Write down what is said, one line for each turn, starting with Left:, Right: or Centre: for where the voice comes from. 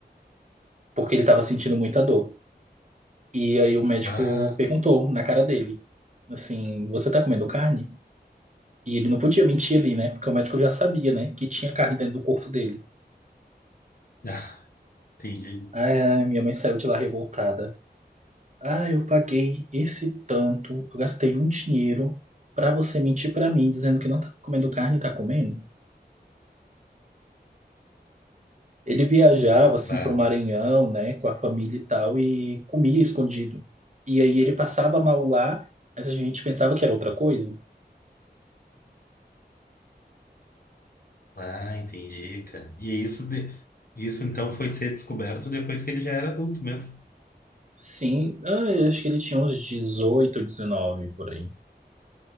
Right: porque ele tava sentindo muita dor. E aí o médico
Left: Bah,
Right: perguntou na cara dele, assim, você tá comendo carne? E ele não podia mentir ali, né? Porque o médico já sabia, né, que tinha carne dentro do corpo dele.
Left: <laughs> ah, entendi.
Right: Ai, minha mãe saiu de lá revoltada. Ah, eu paguei esse tanto, eu gastei um dinheiro pra você mentir pra mim dizendo que não tava comendo carne e tá comendo. Ele viajava assim
Left: Bah,
Right: para o Maranhão, né, com a família e tal, e comia escondido. E aí ele passava mal lá, mas a gente pensava que era outra coisa.
Left: ah, entendi, cara. E isso, de, isso então foi ser descoberto depois que ele já era adulto mesmo.
Right: Sim, ah, eu acho que ele tinha uns 18, 19 por aí.